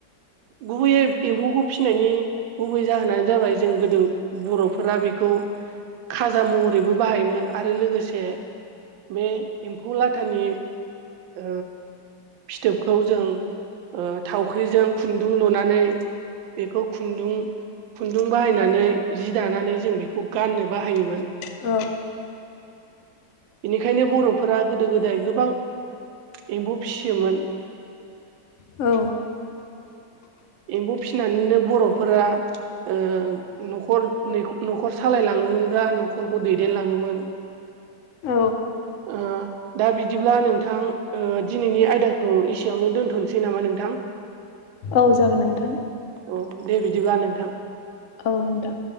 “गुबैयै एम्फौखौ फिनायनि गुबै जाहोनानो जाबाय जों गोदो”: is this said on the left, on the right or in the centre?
Right